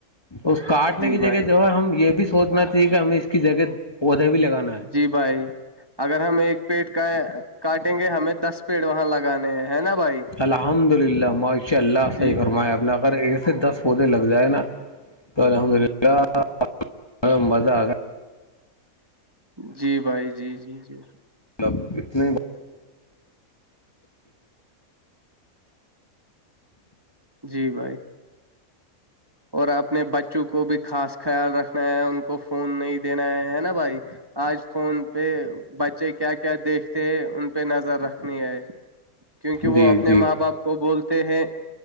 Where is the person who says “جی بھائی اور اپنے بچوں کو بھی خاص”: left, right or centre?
Right